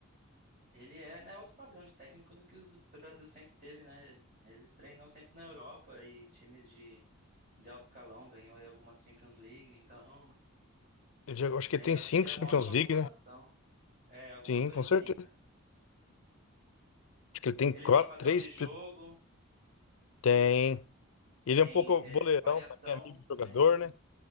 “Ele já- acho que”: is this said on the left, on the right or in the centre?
Left